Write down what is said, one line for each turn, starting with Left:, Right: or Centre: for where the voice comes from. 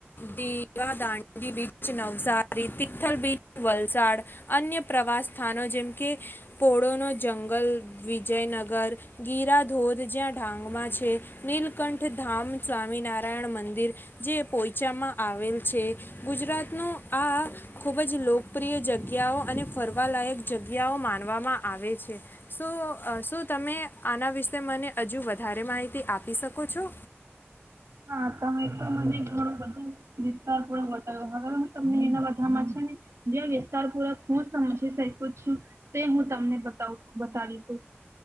Left: દીવાદાંડી બીચ નવસારી, તિથલ બીચ વલસાડ અન્ય પ્રવાસ સ્થાનો જેમ કે પોળોનો જંગલ, વિજયનગર, ગીરાધોધ જ્યાં ઢાંગમાં છે. નીલકંઠ ધામ સ્વામિનારાયણ મંદિર જે પોયચામાં આવેલ છે. ગુજરાતનું આ ખૂબ જ લોકપ્રિય જગ્યાઓ અને ફરવાલાયક જગ્યાઓ માનવામાં આવે છે. શું શું તમે આના વિશે મને હજુ વધારે માહિતી આપી શકો છો?
Right: હા. તમે તો મને ઘણો બધો વિસ્તાર પૂરોક બતા્યો હવે તમને એના બધામાં છે ને જે વિસ્તાર પૂર્વક હું સમજી શકું છું તે હું તમને ત <inaudible> બતાવીશું